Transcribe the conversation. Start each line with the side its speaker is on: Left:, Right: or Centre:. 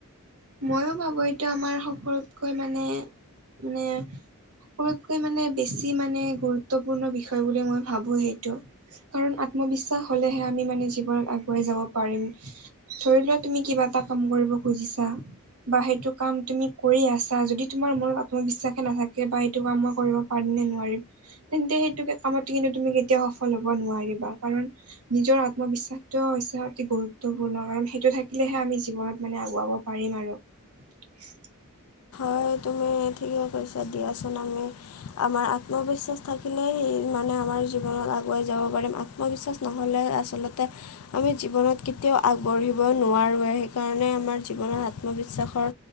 Right: ময়ো ভাবো এইটো আমাৰ সকলোতকৈ মানে মানে সকলোতকৈ মানে বেছি মানে গুৰুত্বপূৰ্ণ বিষয় বুলি মই ভাবো সেইটো কাৰণ আত্মবিশ্বাস হলেহে আমি মানে জীৱন আগুৱাই যাব পাৰিম ধৰি লোৱা তুমি কিবা এটা কাম কৰিব খুজিছা বা সেইটো কাম তুমি কৰি আছা যদি তোমাৰ মনত আত্মবিশ্বাসে নাথাকে বা সেইটো কাম মই কৰিব পাৰিমনে নোৱাৰিম তেন্তে সেইটোকে কামত কিন্তু তুমি কেতিয়া সফল হ'ব নোৱাৰিবা কাৰণ নিজৰ আত্মবিশ্বাসটো হৈছে অতি গুৰুত্বপূৰ্ণ কাৰণ সেইটো থাকিলেহে আমি জীৱনত মানে আগুৱাব পাৰিম আৰু <unintelligible>
Left: হয় তুমি ঠিকে কৈছা দিয়াচোন আমি আমাৰ আত্মবিশ্বাস থাকিলে সি মানে আমাৰ জীৱনত আগুৱাই যাব পাৰিম আত্মবিশ্বাস নহ'লে আচলতে, আমি জীৱনত কেতিয়াও আগবাঢ়িব মই নোৱাৰোয়ে, সেইকাৰণে আমাৰ জীৱনত আত্মবিশ্বাসৰ